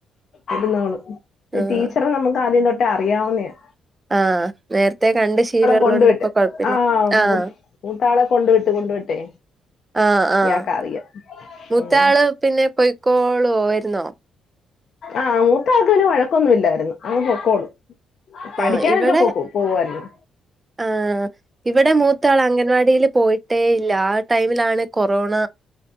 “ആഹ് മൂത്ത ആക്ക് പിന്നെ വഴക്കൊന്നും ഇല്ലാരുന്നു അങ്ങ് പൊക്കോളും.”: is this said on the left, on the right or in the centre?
Left